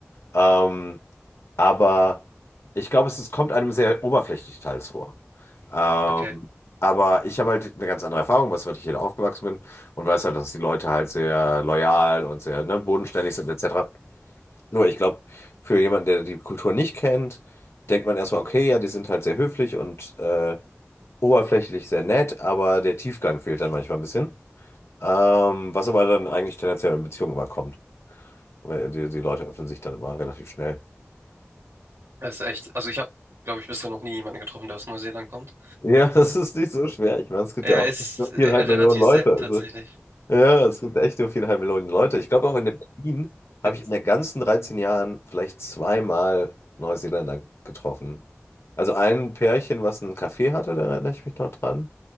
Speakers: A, on the left (about 75°); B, on the right (about 70°).
A: Ähm, aber ich glaube, es, es kommt einem sehr oberflächlich teils vor. Ähm,
B: Okay.
A: aber ich habe halt eine ganz andere Erfahrung, was weil ich hier aufgewachsen bin und weiß halt, dass die Leute halt sehr loyal und sehr, ne, bodenständig sind etc. Nur ich glaube, für jemanden, der die Kultur nicht kennt, denkt man erstmal, okay, ja, die sind halt sehr höflich und äh, oberflächlich sehr nett, aber der Tiefgang fehlt dann manchmal ein bisschen. Ähm, was aber dann eigentlich tendenziell in Beziehungen immer kommt, weil die, die Leute öffnen sich dann immer relativ schnell.
B: Das ist echt. Also ich habe, glaube ich, bisher noch nie jemanden getroffen, der aus Neuseeland kommt.
A: Ja, <laughs> das ist nicht so schwer. Ich meine, es gibt
B: Ja,
A: ja auch
B: ist
A: nur
B: äh,
A: viereinhalb
B: relativ
A: Millionen Leute.
B: selten
A: Also,
B: tatsächlich.
A: ja, es gibt echt nur viereinhalb Millionen Leute. Ich glaube, auch in Berlin habe
B: Äh,
A: ich in den ganzen 13 Jahren vielleicht zweimal Neuseeländer getroffen. Also ein Pärchen, was einen Café hatte, da erinnere ich mich noch dran.